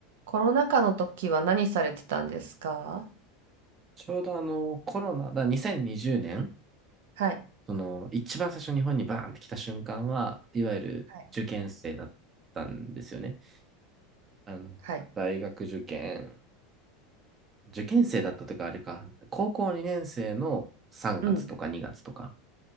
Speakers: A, on the right (about 75°); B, on the right (about 30°).
A: コロナ禍の時は何されてたんですか
B: ちょうどあのコロナ、だ2020年、
A: はい。
B: その一番最初日本にバーンって来た瞬間は、いわゆる受験生だったんですよね。
A: はい。
B: あの大学受験、
A: はい。
B: 受験生だったというか、あれか、高校2年生の3月とか2月とか
A: うん。